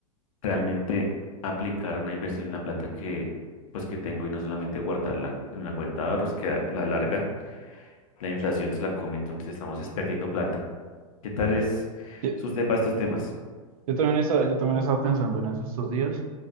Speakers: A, on the left (about 65°); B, on the right (about 75°).
A: realmente aplicar una inversión en la plata que pues que tengo y no solamente guardarla en una cuenta de ahorros que a la larga la inflación se la come, entonces estamos es perdiendo plata. ¿Qué tal es
B: Yo,
A: su usted para estos temas?
B: yo también estaba, yo también estaba pensando en eso estos días